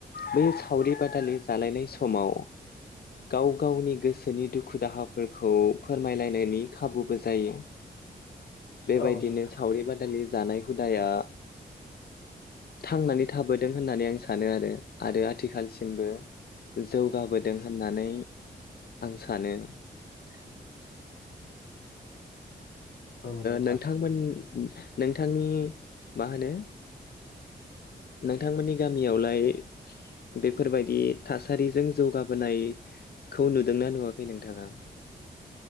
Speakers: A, on the left; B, on the left.
A: बै सावरि बादालि जालायनाय समाव गाव गावनि गोसोनि दुखु दाहा फोरखौ फोरमायलायनायनि खाबुबो जायो। बेबायदिनो
B: औ नोंथां
A: सावरि बादालि जानाय हुदाया थांनानै थाबोदों होननानै आं सानो आरो आरो आथिखालसिमबो जौगाबोदों होननानै आं सानो। <inaudible>
B: औ नोंथां
A: नोंथांमोन नोंथांनि मा होनो नोंथांमोननि गामियावलाय बेफोरबायदि थासारिजों जौगाबोनायखौ नुदोंना नुवाखै नोंथाङा?